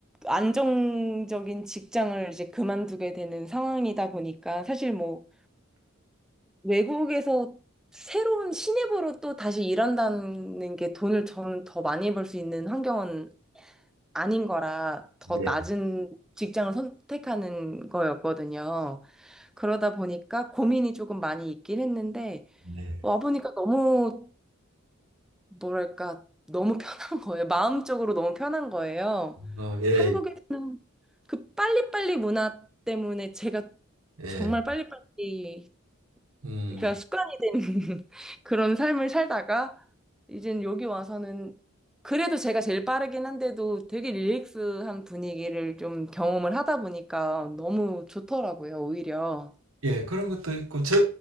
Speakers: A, in the centre; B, on the right.
A: 안정적인 직장을 이제 그만두게 되는 상황이다 보니까 사실 뭐 외국에서 새로운 신입으로 또 다시 일한다는 게 돈을 저는 더 많이 벌 수 있는 환경은 아닌 거라 더
B: 네,
A: 낮은 직장을 선택하는 거였거든요. 그러다 보니까 고민이 조금 많이 있긴 했는데
B: 네.
A: 와보니까 너무 뭐랄까, 너무 편한 <laughs> 거예요. 마음적으로 너무 편한 거예요.
B: 어, 예,
A: 한국에서 그 빨리빨리 문화 때문에 제가
B: 예.
A: 정말 빨리빨리,
B: 음,
A: 그러니까 습관이 된 <laughs> 그런 삶을 살다가, 이젠 여기 와서는 그래도 제가 제일 빠르긴 한데도 되게 릴렉스한 분위기를 좀 경험을 하다 보니까 너무 좋더라고요, 오히려.
B: 예, 그런 것도 있고 저